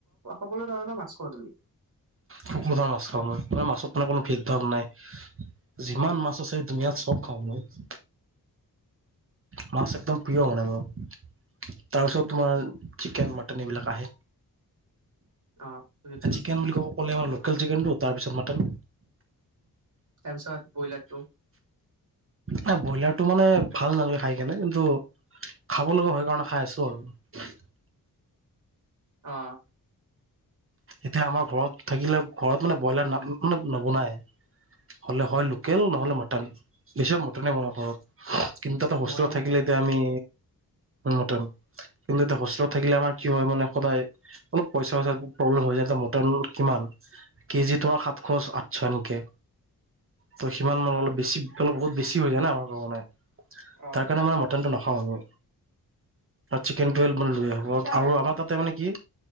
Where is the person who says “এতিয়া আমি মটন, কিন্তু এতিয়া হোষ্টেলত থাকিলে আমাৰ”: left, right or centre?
Right